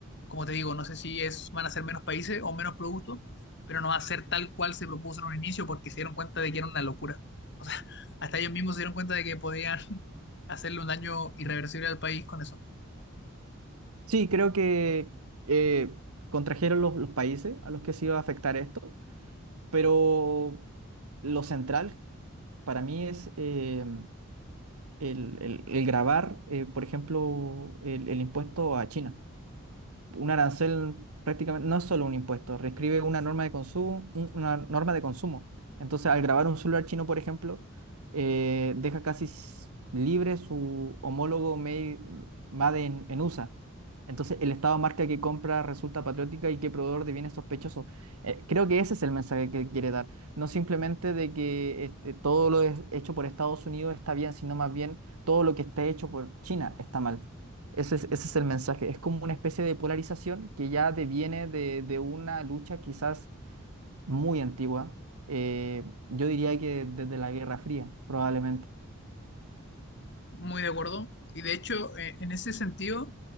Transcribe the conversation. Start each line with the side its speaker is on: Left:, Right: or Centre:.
Left: como te digo, no sé si es, van a ser menos países o menos productos, pero no va a ser tal cual se propuso en un inicio porque se dieron cuenta de que era una locura. O sea, <laughs> hasta ellos mismos se dieron cuenta de que podían <laughs> hacerle un daño irreversible al país con eso.
Right: Sí, creo que eh, contrajeron los, los países a los que se iba a afectar esto, pero lo central para mí es eh, el, el- el grabar, eh, por ejemplo, el, el impuesto a China. un arancel prácticamente no es solo un impuesto, reescribe una norma de consumo, un- una norma de consumo. Entonces, al grabar un celular chino, por ejemplo, eh, deja casi s- libre su homólogo made, made en, en USA. Entonces, el Estado marca que compra resulta patriótica y que proveedor de bienes sospechosos. Eh, creo que ese es el mensaje que quiere dar. No simplemente de que este, todo lo es- hecho por Estados Unidos está bien, sino más bien todo lo que esté hecho por China está mal. Ese es, ese es el mensaje. Es como una especie de polarización que ya deviene de, de una lucha quizás muy antigua. Eh, yo diría que desde la Guerra Fría, probablemente.
Left: Muy de acuerdo. Y de hecho, eh, en ese sentido,